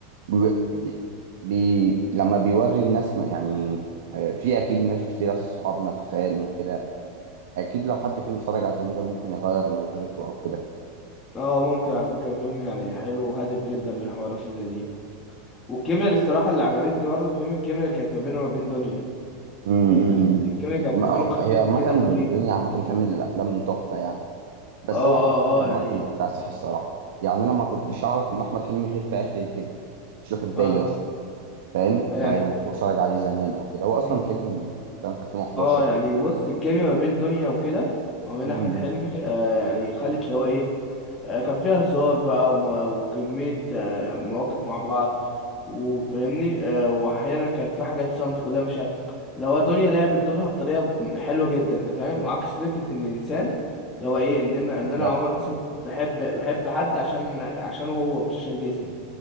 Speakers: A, on the right (about 80°); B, on the left (about 15°).
A: بي... بي... بي... لما بيوري الناس ما يعني آه، في أكيد ناس كتير أصحابنا تخان وكده أكيد لو حد فيهم اتفرج على الفيلم ده ممكن يغير نظرته أو كده
B: اه ممكن على فكره فيلم يعني حلو وهادف جدا للحوارات اللي زي دي والكيمياء اللي الصراحه اللي عجبتني برضه في فيلم الكيمياء اللي كانت ما بينه وما بين دنيا
A: أمم.
B: يعني دنيا الكيمياء كانت
A: ما-
B: ما بينهم
A: آه،
B: خفيفه
A: هي عامة
B: كده
A: الدنيا
B: وظريفه
A: عامة بتعمل الأفلام تحفة يعني بس
B: اه اه
A: هو أحمد حلمي
B: اه
A: برضه
B: يعني
A: مكتسح الصراحة يعني أنا ما كنتش أعرف إن أحمد حلمي خير في آخر الفيلم كنتش واخد
B: اه
A: بالي أصلا فاهم
B: يعني
A: بقى لما كنت بتفرج عليه زمان أو كده هو أصلا
B: مم.
A: فيلم سنة 2011
B: اه يعني بص الكيميا ما بين دنيا وكده وما بين
A: أمم.
B: احمد حلمي آه يعني خلت اللي هو ايه آه كان فيها هزار بقى وم- وكمية آه مواقف مع بعض وفاهمني آه واحيانا كانت في حاجات صمت كلها مش ه- اللي هو دنيا لعبت دورها بطريقة حلوة جدا انت فاهم وعكس فكرة ان الانسان اللي هو ايه ان انا
A: بالظبط
B: ان انا عمر مثلا بحب بحب حد عشان عشانه هو مش عشان جسمه